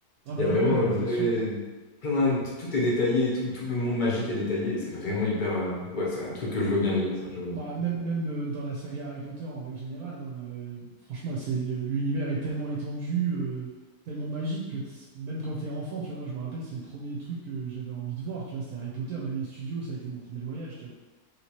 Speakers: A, on the right; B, on the left.
A: Ah bah
B: Il y a vraiment
A: ouais, ouais, non,
B: un
A: mais
B: vrai
A: bien sûr.
B: plein de- tout est détaillé, tout, tout le monde magique est détaillé. Et c'est vraiment hyper. euh, Ouais, c'est un truc que je veux bien vivre, ça, j'avoue.
A: Bah, même, même euh, dans la saga Harry Potter, en règle générale, hein, euh, franchement, c'est, le- l'univers est tellement étendu, euh, tellement magique que t's- même quand t'es enfant, tu vois, moi, je me rappelle, c'est le premier truc que j'avais envie de voir, tu vois, c'était Harry Potter. Même les studios, ça a été mon premier voyage, tu vois.